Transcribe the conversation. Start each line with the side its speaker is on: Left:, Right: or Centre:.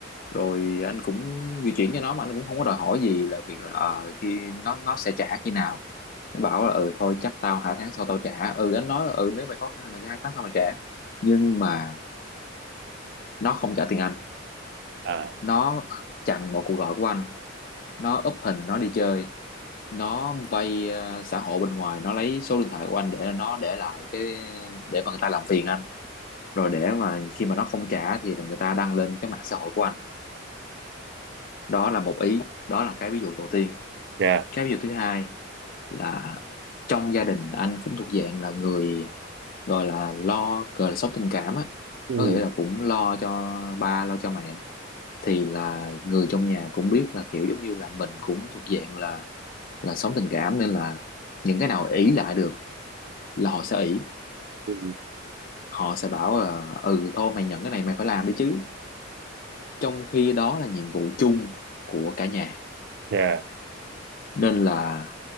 Left: rồi anh cũng di chuyển cho nó mà anh cũng không có đòi hỏi gì là việc là ờ khi nó nó sẽ trả khi nào nó bảo là ừ thôi chắc tao hai tháng sau tao trả ừ anh nói ừ nếu mày khó khăn thì mày cứ hai tháng sau mày trả nhưng mà nó không trả tiền anh
Right: à
Left: nó chặn một cuộc gọi của anh nó úp hình nó đi chơi nó vay ờ, xã hội bên ngoài nó lấy số điện thoại của anh để nó để lại cái để mà người ta làm phiền anh rồi để mà khi mà nó không trả thì là người ta đăng lên cái mạng xã hội của anh đó là một ý đó là cái ví dụ đầu tiên
Right: dạ
Left: cái ví dụ thứ hai là trong gia đình anh cũng thuộc dạng là người gọi là lo cờ sốc tình cảm á
Right: ừ
Left: có nghĩa là cũng lo cho ba lo cho mẹ thì là người trong nhà cũng biết là kiểu giống như là mình cũng thuộc dạng là là sống tình cảm nên là những cái nào ỷ lại được là họ sẽ ỷ
Right: ừ
Left: họ sẽ bảo là ừ thôi mày nhận cái này mày phải làm đi chứ trong khi đó là nhiệm vụ chung của cả nhà
Right: dạ
Left: nên là